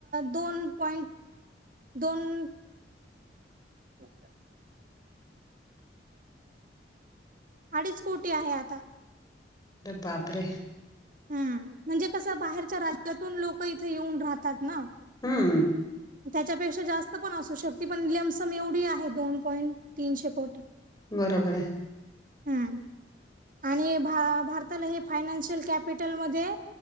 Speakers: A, on the right; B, on the left.
A: दोन पॉइंट दोन हो काय? अडीच कोुटी आहे आता.
B: बापरे!
A: हम्म म्हणजे कसं बाहेरच्या राज्यातून लोक इथे येऊन राहतात ना.
B: हम्म
A: त्याच्यापेक्षा जास्त पण असू शकते पण ललेमसम एवढी आहे दोन पॉईंट तीनशे कोटी.
B: बरोबर आहे.
A: हम्म आणि भारताला हे फायनान्शियल कॅपिटलमध्ये